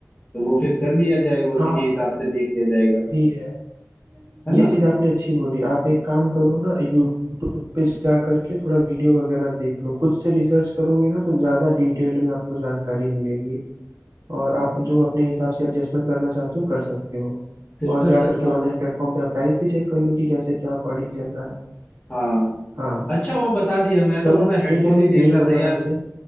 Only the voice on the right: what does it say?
हाँ
भी है
ये
चीज आपने अच्छी बोली आप एक काम करो ना यूट्यूब पे जा करके थोड़ा वीडियो वगैरह देख लो खुद से रिसर्च करोगे ना तो ज्यादा डिटेल में आपको जानकारी मिलेगी और आप जो अपने हिसाब से एडजस्टमेंट करना चाहते हो कर सकते हो
और
जा
करके
ऑनलाइन प्लेटफॉर्म पे आप प्राइस भी चेक कर लो कि कैसे क्या अकॉर्डिंग चल रहा है
हाँ
चलो
ठीक है
फिर
यही
करो
आराम से